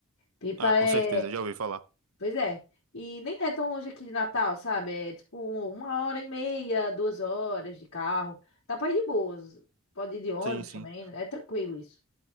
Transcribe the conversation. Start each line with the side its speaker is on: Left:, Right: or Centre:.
Left: Pipa
Right: Ah, com
Left: é.
Right: certeza, já ouvi falar.
Left: Pois é. E nem é tão longe aqui de Natal, sabe? É tipo uma hora e meia, duas horas de carro. Dá pra ir de boas. Pode ir de ônibus
Right: Sim, sim.
Left: também. né? É tranquilo isso.